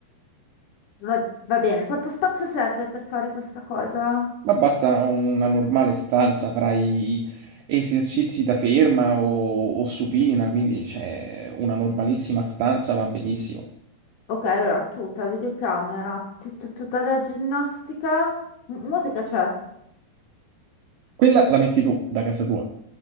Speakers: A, on the left; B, on the right.
A: Va, va bene, quanto spazio serve per fare questa cosa?
B: Ma basta una normale stanza, farai esercizi da ferma o, o supina, quindi c'è una normalissima stanza, va benissimo.
A: Ok, allora tuta, videocamera, tu- tu- tutta la ginnastica, M- musica c'è?
B: Quella la metti tu da casa tua.